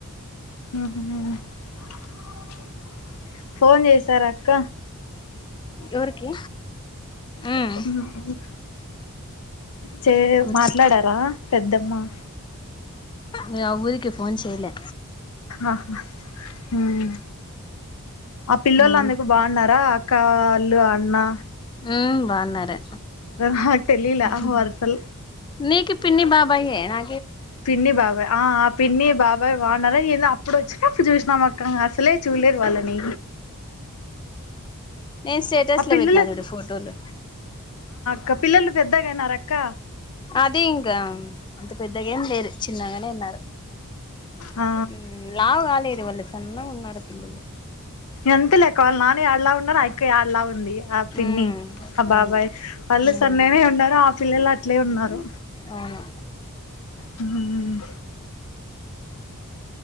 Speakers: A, on the left (about 70°); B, on the left (about 20°).
A: హ ఫోన్ చేసారు అక్క
B: ఎవరికి ఉమ్
A: అవును నాకివ్వు చే
B: కూర్చో
A: మాట్లాడారా పెద్దమ్మ
B: న ఊరికి ఫోన్ చేయలే
A: ఆహా ఉమ్ ఆ పిల్లలు
B: ఉమ్
A: అందుకు బాగున్నారా అక్క వాళ్ళు అన్నా
B: ఉమ్ బాగున్నారే
A: నాకు తెలీలా
B: ఉహుహు
A: వరుసలు
B: నీకు పిన్ని బాబాయే నా
A: పిన్ని బాబాయి ఆ ఆ పిన్ని బాబాయి వానాల ఇప్పుడు వచ్చినప్పుడు చూసినాం అక్క అసలే చూడలేదు వాళ్ళని
B: నే స్టేటస్
A: ఆ
B: లో
A: పిల్లలు
B: పెట్నా చూడు ఫోటోలు
A: క పిల్లలు పెద్దగయినారు అక్క
B: అదీ అం అంత పెద్దగా ఏం లేదు చిన్నగానే ఉన్నారు
A: ఆ
B: ఉమ్ లావు కాలేదు వాల్లు ఇంకా ఉన్నార పిల్లలు
A: అంతేలే వాళ్ళ నాన్న యాడ లావు ఉన్నారు ఆయక్క యాడలా ఉంది ఆ పిన్ని
B: ఉమ్
A: ఆ బాబాయ్
B: అవును
A: వాళ్ళు
B: ఉమ్
A: సన్నగనే ఉన్నారు ఆ పిల్లలు అట్లే ఉన్నారు
B: అవును
A: ఉమ్